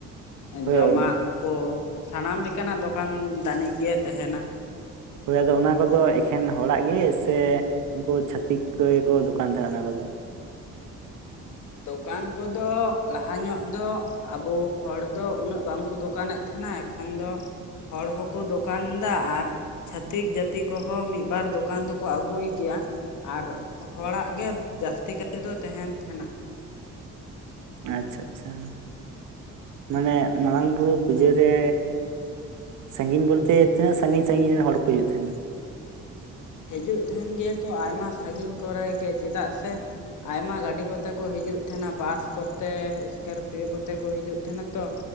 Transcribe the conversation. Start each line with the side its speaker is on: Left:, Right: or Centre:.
Right: ᱦᱳᱭ
Left: ᱡᱚᱢᱟᱜ ᱠᱚ ᱥᱟᱱᱟᱢ ᱞᱮᱠᱟᱱᱟᱜ ᱫᱚᱠᱟᱱ ᱫᱟᱹᱱᱤ ᱜᱮ ᱛᱟᱦᱮᱱᱟ
Right: ᱦᱳᱭ ᱟᱫᱚ ᱚᱱᱟ ᱠᱚᱫᱚ ᱮᱠᱷᱮᱱ ᱦᱚᱲᱟᱜ ᱜᱮ ᱥᱮ ᱩᱱᱠᱩ ᱪᱷᱟᱟᱹᱛᱤᱠ ᱠᱚᱜᱮ ᱠᱚ ᱫᱚᱠᱟᱱ ᱛᱟᱦᱮᱸᱱᱟ ᱚᱱᱟ ᱠᱚᱫᱚ
Left: ᱫᱚᱠᱟᱱ ᱠᱚᱫᱚ ᱞᱟᱦᱟ ᱧᱚᱜ ᱫᱚ ᱟᱵᱚ ᱦᱚᱲ ᱫᱚ ᱩᱱᱟᱹᱜ ᱵᱟᱝᱠᱚ ᱫᱚᱠᱟᱱᱮᱫ ᱛᱟᱦᱮᱱᱟ ᱮᱠᱷᱚᱱ ᱫᱚ ᱦᱚᱲ ᱦᱚᱸᱠᱚ ᱫᱚᱠᱟᱱ ᱫᱟ ᱟᱨ ᱪᱷᱟᱛᱤᱠ ᱡᱟᱹᱛᱤ ᱠᱚᱦᱚ ᱢᱤᱫᱵᱟᱨ ᱫᱚᱠᱟᱱ ᱫᱚᱠᱚ ᱟᱹᱜᱩᱭ ᱜᱮᱭᱟ ᱟᱨ ᱦᱚᱲᱟᱜ ᱜᱮ ᱡᱟᱹᱥᱛᱤ ᱠᱟᱛᱮᱫ ᱫᱚ ᱛᱟᱦᱮᱱ ᱛᱟᱦᱮᱱᱟ
Right: ᱟᱪᱪᱷᱟ ᱟᱪᱪᱷᱟ ᱢᱟᱱᱮ ᱢᱟᱨᱟᱝ ᱵᱩᱨᱩ ᱯᱩᱡᱟᱹᱨᱮ ᱥᱟᱺᱜᱤᱧ ᱵᱚᱞᱛᱮ ᱛᱤᱱᱟᱹᱜ ᱥᱟᱺᱜᱤᱧ ᱥᱟᱺᱜᱤᱧ ᱨᱮᱱ ᱦᱚᱲ ᱠᱚ ᱦᱤᱡᱩᱜ ᱛᱟᱦᱮᱱᱟ
Left: ᱦᱤᱡᱩᱜ ᱛᱟᱦᱮᱱ ᱜᱮᱭᱟ ᱠᱚ ᱟᱭᱢᱟ ᱥᱟᱹᱜᱤᱧ ᱠᱚᱨᱮ ᱜᱮ ᱪᱮᱫᱟᱜ ᱥᱮ ᱟᱭᱢᱟ ᱜᱟᱹᱰᱤ ᱠᱚᱛᱮ ᱠᱚ ᱦᱤᱡᱩᱜ ᱛᱟᱦᱮᱱᱟ ᱵᱟᱥ ᱠᱚᱛᱮ ᱥᱠᱚᱨᱯᱤᱭᱳ ᱠᱚᱛᱮ ᱠᱚ ᱦᱤᱡᱩᱜ ᱛᱟᱦᱮᱱᱟ ᱛᱚ